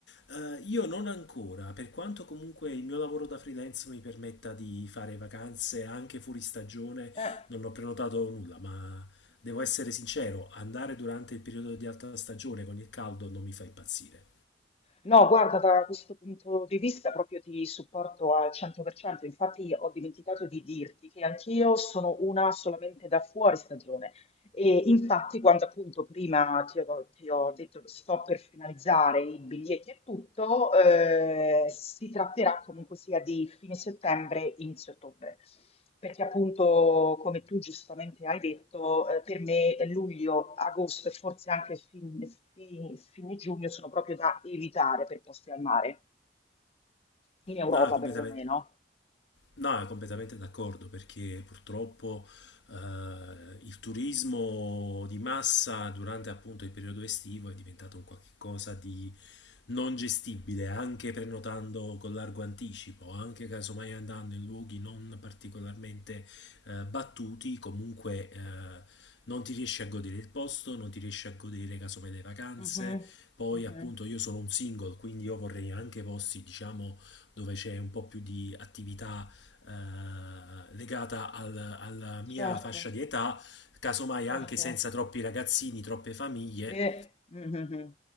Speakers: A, on the left; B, on the left.
A: Eh, io non ancora, per quanto comunque il mio lavoro da freelance mi permetta di fare vacanze anche fuori stagione,
B: Eh.
A: non ho prenotato nulla, ma Devo essere sincero, andare durante il periodo di alta stagione con il caldo non mi fa impazzire.
B: No, guarda, da questo punto di vista proprio ti supporto al 100%, infatti ho dimenticato di dirti che anch'io sono una solamente da fuori stagione, e infatti, quando appunto prima ti ho, ti ho detto che sto per finalizzare i biglietti e tutto, eh, si tratterà comunque sia di fine settembre, inizio ottobre. Perché appunto, come tu giustamente hai detto, eh, per me luglio, agosto e forse anche fin- fi- fine, giugno sono proprio da evitare per posti al mare, in Europa
A: No, completamente.
B: perlomeno.
A: No, completamente d'accordo perché purtroppo eh, il turismo di massa durante appunto il periodo estivo è diventato un qualche cosa di non gestibile, anche prenotando con largo anticipo, anche casomai andando in luoghi non particolarmente eh, battuti, comunque eh, non ti riesci a godere il posto, non ti riesci a godere casomai le vacanze.
B: Mhm,
A: Poi
B: mhm.
A: appunto io sono un single, quindi io vorrei anche posti, diciamo, dove c'è un po' più di attività eh, legata al- alla mia
B: Certo,
A: fascia di età, casomai
B: certo.
A: anche senza troppi ragazzini, troppe famiglie.
B: Eh, mm, mm, mm.